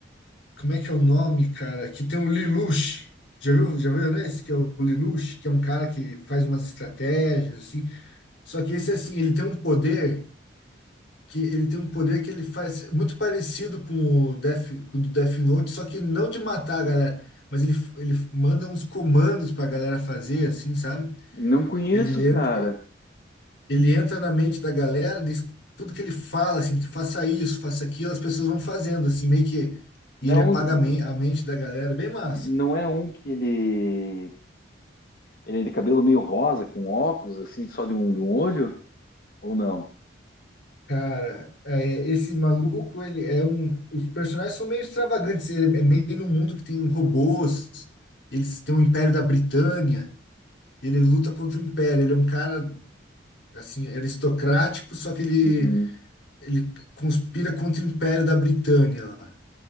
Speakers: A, on the left (about 70°); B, on the left (about 50°).
A: Como é que é o nome, cara? Que tem o Lelouch. Já viu, já viu, né? Esse que é o Lelouch, que é um cara que faz umas estratégias, assim. Só que esse, assim, ele tem um poder que ele tem um poder que ele faz muito parecido com o Death, com o do Death Note, só que não de matar a galera, mas ele, ele manda uns comandos pra galera fazer, assim, sabe?
B: Não conheço,
A: Ele
B: cara.
A: entra. ele entra na mente da galera, diz- tudo que ele fala, assim, faça isso, faça aquilo, as pessoas vão fazendo, assim, meio que. E
B: Não,
A: ele
B: é
A: apaga
B: um,
A: a men- a mente da galera, bem massa.
B: não é um que ele ele é de cabelo meio rosa, com óculos assim, só de um de um olho ou não?
A: Cara, é, esse maluco, ele é um. Os personagens são meio extravagantes. Ele é meio num mundo que tem robôs, eles têm o Império da Britânia, ele luta contra o Império. Ele é um cara, assim, aristocrático, só que ele,
B: Uhum.
A: ele conspira contra o Império da Britânia lá.